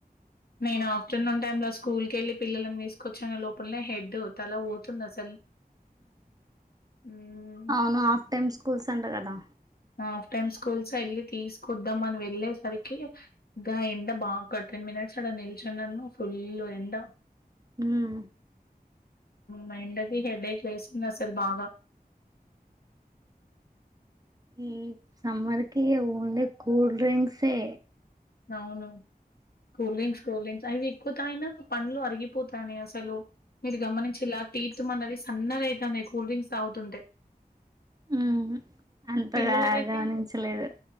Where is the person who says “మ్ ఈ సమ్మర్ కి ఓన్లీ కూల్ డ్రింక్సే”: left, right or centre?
Right